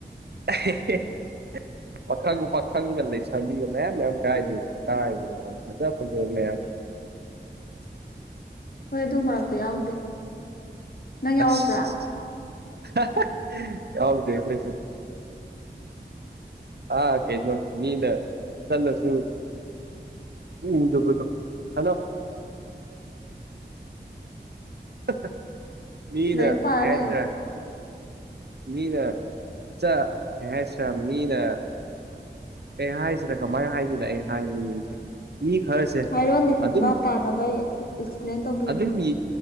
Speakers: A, on the right; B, on the left.
A: <unintelligible> ꯄꯥꯈꯪ ꯄꯥꯈꯪꯒ ꯂꯩꯁꯥꯕꯤꯒ ꯃꯌꯥꯝ ꯃꯌꯥꯝ <unintelligible> ꯐꯖ ꯐꯖꯕ ꯃꯌꯥꯝ <inaudible>
B: <inaudible> ꯍꯣꯏ ꯑꯗꯨ ꯃꯔꯛꯇ ꯌꯥꯎꯗꯦ ꯅꯪ
A: ꯑꯁ
B: ꯌꯥꯎꯔꯛꯄ꯭ꯔ
A: <unintelligible> ꯌꯥꯎꯗꯦ ꯈꯣꯏꯁꯨ ꯑꯥ ꯀꯩꯩꯅꯣ ꯃꯤꯅ ꯆꯠꯂꯁꯨ ꯎꯗꯕꯗꫭ <unintelligible>
B: <inaudible>
A: <unintelligible> ꯃꯤꯅ
B: ꯂꯥꯏꯔꯤꯛ ꯄꯥꯔ
A: ꯀꯩ ꯍꯥꯏꯁꯤꯔ
B: ꯂꯩꯌꯣ
A: ꯃꯤꯅ ꯆꯥ ꯀꯩ ꯍꯥꯏꯁꯤꯔ ꯃꯤꯅ ꯀꯩ ꯍꯥꯏꯁꯤꯔ ꯀꯝꯃꯥꯏ ꯍꯥꯏꯗꫭꯏꯅꯣ ꯑꯩ ꯍꯥꯏꯕ <unintelligible> ꯃꯤ ꯈꯔꯁꯦ
B: ꯍꯥꯏꯔꯣꯅꯦ
A: ꯑꯗꯨꯝ
B: ꯚꯥꯞ ꯇꯥꯅꯕ ꯑꯩ ꯑꯦꯛꯁꯄ꯭ꯂꯦꯟ ꯇꯧꯕꯤꯔꯛꯀꯦ
A: ꯑꯗꯨꯝ ꯌꯤ